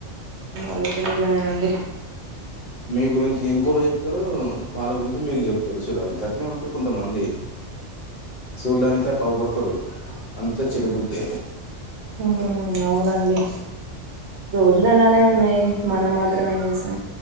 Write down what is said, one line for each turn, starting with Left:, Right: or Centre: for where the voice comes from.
Right: అది గూడ నిజమేనండి
Left: మీ గురించి ఇంకోళ్ళకి చెప్తారు వాళ్ళ గురించి మీకు జొప్తారు చెడు అని గట్నే ఉంటారు కొంతమంది చూడ్డానికే అట్ల అవుపడతారు అంతే చెడుబుద్దే
Right: ఉమ్ అవునండి రోజులు అలానే ఉన్నాయ్ మనం మాత్రం ఏం జేస్తాం